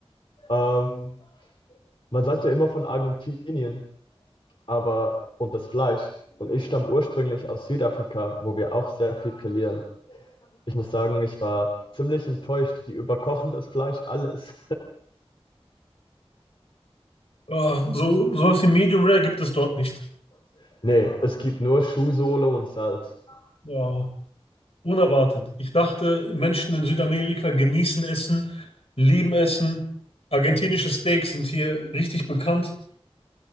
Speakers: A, on the left; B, on the left.
A: Ähm, man sagt ja immer von Argentinien, aber und das Fleisch. Und ich stamme ursprünglich aus Südafrika, wo wir auch sehr viel grillieren. Ich muss sagen, ich war ziemlich enttäuscht. Die überkochen das Fleisch alles.
B: Ja, so, sowas wie Medium Rare gibt es dort nicht.
A: <laughs> nee, es gibt nur Schuhsohle und Salz.
B: Ja, unerwartet. Ich dachte, Menschen in Südamerika genießen Essen, lieben Essen. Argentinische Steaks sind hier richtig bekannt.